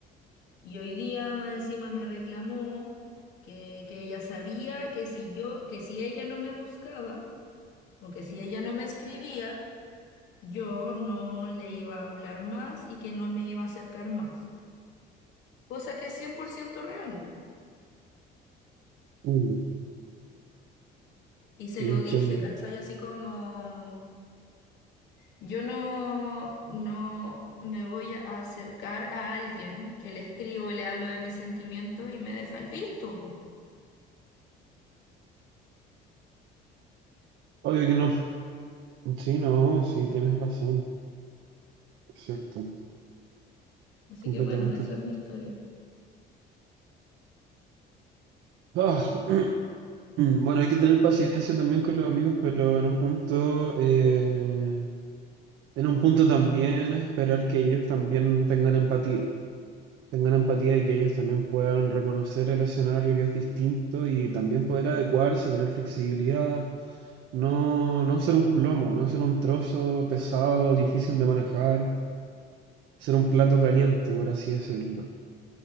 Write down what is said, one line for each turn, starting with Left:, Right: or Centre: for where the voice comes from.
Left: Y hoy día más encima me reclamó que, que ella sabía que si yo, que si ella no me buscaba o que si ella no me escribía, yo no le iba a hablar más y que no me iba a acercar más. Cosa que es 100% real.
Right: mm,
Left: Y se
Right: no
Left: lo
Right: entiendo.
Left: dije, ¿cachai? Así como... Yo no, no me voy a acercar a alguien que le escribo, le hablo de mis sentimientos y me deja el visto, po.
Right: Obvio que no. Sí, no, sí, tienes razón. Es cierto,
Left: Así
Right: completamente
Left: que bueno, esa
Right: cierto.
Left: es mi historia.
Right: Ah, <clears throat> Bueno, hay que tener paciencia también con los amigos, pero en un punto, eh, en un punto también esperar que ellos también tengan empatía. tengan empatía y que ellos también puedan reconocer el escenario que es distinto y también poder adecuarse, tener flexibilidad, no, no ser un plomo, no ser un trozo pesado, difícil de manejar, ser un plato caliente, por así decirlo.